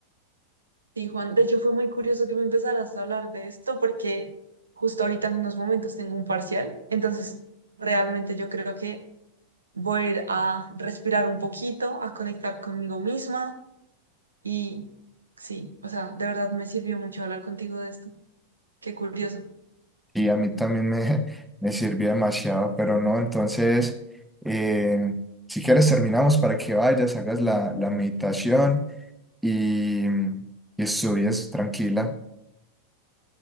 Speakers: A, on the right (about 75°); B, in the centre.
A: Sí, Juan, de hecho fue muy curioso que me empezaras a hablar de esto porque justo ahorita en unos momentos tengo un parcial, entonces realmente yo creo que Voy a ir a respirar un poquito, a conectar conmigo misma y sí, o sea, de verdad me sirvió mucho hablar contigo de esto. Qué curioso.
B: Y a mí también me, <laughs> me sirvió demasiado, pero no, entonces, eh, si quieres terminamos para que vayas, hagas la, la meditación y, y estudies tranquila,